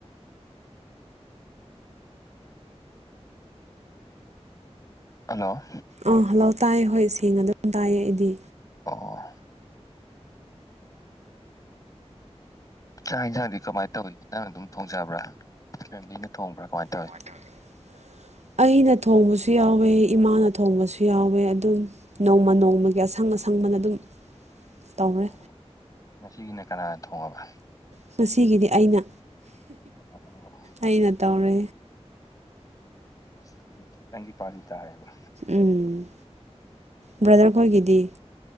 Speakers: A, on the left; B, on the right.
A: ꯍꯜꯂꯣ
B: ꯑꯥ ꯍꯜꯂꯣ ꯑꯣ ꯇꯥꯏꯌꯦ ꯍꯣꯏ ꯁꯦꯡꯅ ꯑꯗꯨꯝ ꯇꯥꯏꯌꯦ ꯑꯩꯗꯤ
A: ꯑꯣ ꯆꯥꯛ ꯌꯦꯟꯁꯥꯡꯗꯤ ꯀꯃꯥꯏꯅ ꯊꯧꯏ ꯅꯪꯅ ꯑꯗꯨꯝ ꯊꯣꯡꯖꯕ꯭ꯔꯥ ꯐꯦꯃꯤꯂꯤꯅ ꯊꯣꯡꯕ꯭ꯔꯥ ꯀꯃꯥꯏꯅ ꯇ
B: ꯀꯃꯥꯢ ꯇꯧꯋꯤ ꯑꯩꯅ ꯊꯣꯡꯕꯁꯨ ꯌꯥꯎꯋꯦ ꯏꯃꯥꯅ ꯊꯣꯡꯕꯁꯨ ꯌꯥꯎꯋꯦ ꯑꯗꯨꯝ ꯅꯣꯡꯃ ꯅꯣꯡꯃꯒꯤ ꯑꯁꯪ ꯑꯁꯪꯕꯅ ꯑꯗꯨꯝ ꯇꯧꯔꯦ
A: ꯑꯣ ꯉꯁꯤꯒꯤꯅ ꯀꯅꯥꯅ ꯊꯣꯡꯉꯕ
B: ꯉꯁꯤꯒꯤꯗꯤ ꯑꯩꯅ
A: ꯑꯣ <inaudible>
B: ꯑꯩꯅ ꯇꯧꯔꯦ
A: ꯑꯁꯤꯗꯤ ꯅꯪꯒꯤ ꯄꯥꯂꯤ ꯇꯥꯔꯦꯕ
B: ꯎꯝ ꯕ꯭ꯔꯗꯔꯈꯣꯏꯒꯤꯗꯤ